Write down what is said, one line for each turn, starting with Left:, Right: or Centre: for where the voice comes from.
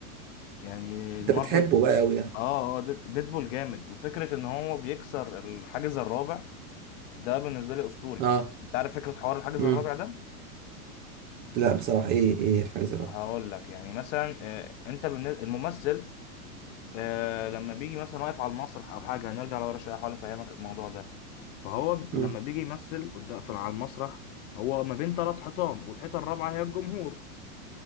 Left: يعني المارفل
Right: انت بتحبه بقى قوي يعني
Left: اه اه ديد- ديدبول جامد وفكره ان هو بيكسر الحاجز الرابع ده بالنسبه لي اسطوري
Right: اه
Left: انت عارف فكره حوار الحاجز
Right: امم
Left: الرابع ده
Right: لا بصراحة ايه ايه الحاجة الرابعة
Left: هقول لك يعني مثلا آه، انت بالنسبة الممثل آه، لما بيجي مثلا واقف على المسرح او حاجه هنرجع لورا شويه احاول افهمك الموضوع ده فهو ب- لما
Right: امم
Left: بيجي يمثل قدام في على المسرح هو ما بين ثلاث حيطان والحيطه الرابعه هي الجمهور